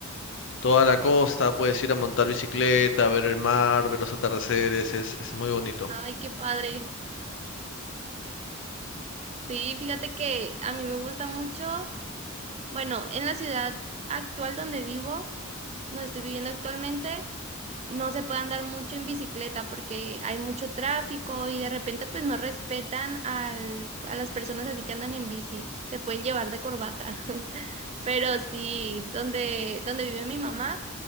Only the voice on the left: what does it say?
toda la costa, puedes ir a montar bicicleta, ver el mar, ver los atardeceres, es, es muy bonito.